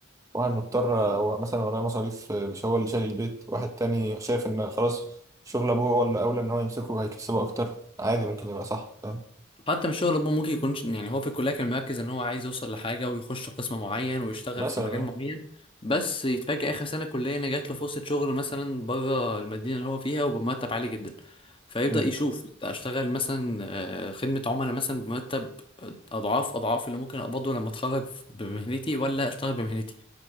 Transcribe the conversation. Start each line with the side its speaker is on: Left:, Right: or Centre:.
Right: واحد مضطر هو مثلا وراه مصاريف آه، مش هو اللي شايل البيت واحد تاني شايف ان خلاص شغل ابوه هو اللي اولى ان هو يمسكه هيكسبه اكتر عادي ممكن يبقى صح فاهم
Left: حتى من الشغل ابوه ممكن يكون يعني هو في الكليه كان مركز ان هو عايز يوصل لحاجه ويخش قسم معين ويشتغل
Right: مثلا
Left: في مجال
Right: اه
Left: معين بس يتفاجئ اخر سنه كليه ان جات له فرصه شغل مثلا بره المدينه اللي هو فيها وبمرتب عالي جدا فيبدا
Right: امم
Left: يشوف اشتغل مثلا آه، خدمه عملاء مثلا بمرتب اضعاف اضعاف اللي ممكن اقبضه لما اتخرج بمهنتي ولا اشتغل بمهنتي